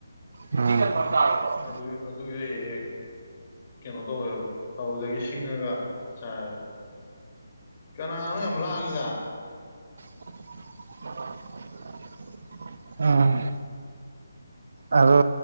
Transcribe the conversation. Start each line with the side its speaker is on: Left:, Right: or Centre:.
Right: ꯎꯝ
Left: ꯑꯗꯨꯒꯤ ꯑꯗꯨꯒꯤꯁꯨ ꯍꯦꯛ ꯍꯦꯛ ꯀꯩꯅꯣ ꯇꯧꯋꯦꯕ ꯇꯧꯕꯗꯒꯤ ꯁꯤꯡꯉꯒ ꯆꯥꯏꯕ ꯀꯅꯥꯅꯣ ꯌꯥꯝ ꯂꯥꯡꯉꯤꯗ
Right: <unintelligible> ꯑꯥꯝ ꯑꯗꯨ